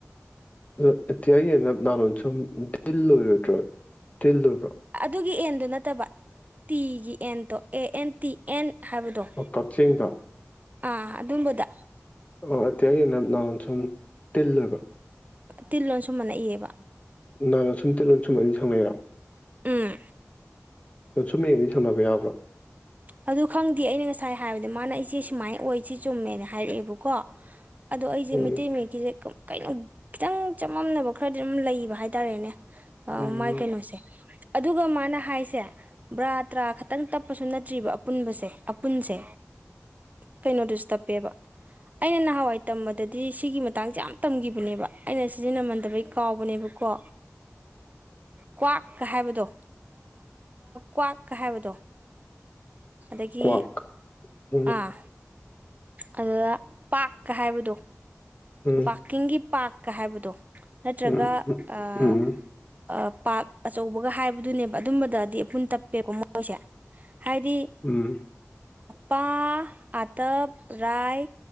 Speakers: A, on the left; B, on the right.
A: ꯑꯣ ꯏꯇꯤꯒꯤ ꯅꯍꯣꯟ ꯁꯨꯝ ꯗꯤꯜ ꯑꯣꯏꯔꯣꯏꯗ꯭ꯔꯣ ꯇꯤꯜ ꯑꯣꯏꯕ꯭ꯔꯣ
B: ꯑꯗꯨꯒꯤ ꯑꯗꯨ ꯅꯠꯇꯕ ꯇꯤꯒꯤ ꯑꯦꯟꯇꯣ ꯑꯦ ꯑꯦꯟ ꯇꯤ ꯑꯦꯟ ꯍꯥꯏꯕꯗꯣ
A: ꯑꯣ ꯀꯛꯆꯤꯡꯗ
B: ꯑꯥ ꯑꯗꯨꯕꯗ
A: ꯑꯣ ꯑꯇꯩ ꯑ ꯅ ꯅꯎꯣꯟ ꯁꯨꯝ ꯇꯤꯜꯂꯕ
B: ꯇꯤꯜꯂꯣꯁꯨꯨꯝ ꯃꯅꯛꯏꯑꯕ
A: ꯅꯅꯥꯥꯟꯅ ꯁꯨꯝ ꯇꯤꯂꯣꯟ ꯁꯨꯝ ꯑ ꯁꯪꯅꯩꯔꯛꯑꯣ
B: ꯎꯝ
A: ꯅ ꯁꯨꯝ ꯃ ꯑꯅꯤ ꯁꯪꯅꯕ ꯌꯥꯕ꯭ꯔꯣ
B: ꯑꯗꯨ ꯈꯪꯗꯦ ꯑꯩꯅ ꯉꯥꯏ ꯉꯥꯏ ꯍꯥꯏꯕꯗ ꯃꯥꯅ ꯑꯩꯆꯦ ꯁꯨꯃꯥꯏꯅ ꯑꯣꯏꯁꯤꯦ ꯆꯨꯝꯃꯦꯅ ꯍꯥꯏꯔꯛꯑꯦꯕꯀꯣ ꯑꯗꯣ ꯑꯩꯁꯦ
A: ꯎꯝ
B: ꯃꯩꯇꯩ ꯃꯌꯦꯛꯀꯤꯁꯦ ꯀꯩꯅꯣ ꯈꯤꯇꯪ ꯆꯃꯝꯅꯕ ꯈꯔꯗꯤ ꯑꯗꯨꯝ ꯂꯩꯕ ꯍꯥꯏꯇꯥꯔꯦꯅꯦ ꯑ
A: ꯎꯝ
B: ꯃꯥꯏ ꯀꯩꯅꯣꯁꯦ ꯑꯗꯨꯒ ꯃꯥꯅ ꯍꯥꯏꯁꯦ ꯕ꯭ꯔꯥ ꯇ꯭ꯔꯥ ꯈꯛꯇꯪ ꯇꯞꯄꯁꯨ ꯅꯠꯇꯦ ꯆꯠꯇ꯭ꯔꯤꯕ ꯑꯄꯨꯟꯕꯁꯦ ꯑꯄꯨꯟꯁꯦ ꯀꯩꯅꯣꯗꯨꯁꯨ ꯇꯞꯄꯦꯕ ꯑꯩꯅ ꯅꯍꯥꯟꯋꯥꯏ ꯇꯝꯕꯗꯗꯤ ꯁꯤꯒꯤ ꯃꯇꯥꯡꯁꯦ ꯌꯥꯝ ꯇꯝꯈꯤꯕꯅꯦꯕ ꯑꯩꯅ ꯁꯤꯖꯤꯟꯅꯃꯟꯗꯕꯩ ꯀꯥꯎꯕꯅꯦꯕꯀꯣ ꯀ꯭ꯋꯥꯛꯀ ꯍꯥꯏꯕꯗꯣ ꯀ꯭ꯋꯥꯛꯀ ꯍꯥꯏꯕꯗꯣ ꯑꯗꯒꯤ
A: ꯀ꯭ꯋꯥꯛ ꯎꯝ
B: ꯑꯥ ꯑꯗꯨꯗ ꯄꯥꯥꯛꯔꯀ ꯍꯥꯏꯕꯗꯣ
A: ꯎꯝ
B: ꯄꯥꯀꯤꯡꯒꯤ ꯄꯥꯛꯀ ꯍꯥꯏꯕꯗꯣ ꯅꯠꯇ꯭ꯔꯒ
A: ꯎꯝ
B: ꯑ
A: ꯎꯝ
B: ꯄꯥꯛ ꯑꯆꯧꯕꯒ ꯍꯥꯏꯕꯗꯨꯅꯦꯕ ꯑꯗꯨꯝꯕꯗꯗꯤ ꯑꯄꯨꯟ ꯇꯞꯄꯦꯀꯣ ꯃꯣꯏꯁꯦ ꯍꯥꯏꯗꯤ
A: ꯎꯝ
B: ꯄꯥ ꯑꯇꯞ ꯔꯥꯏ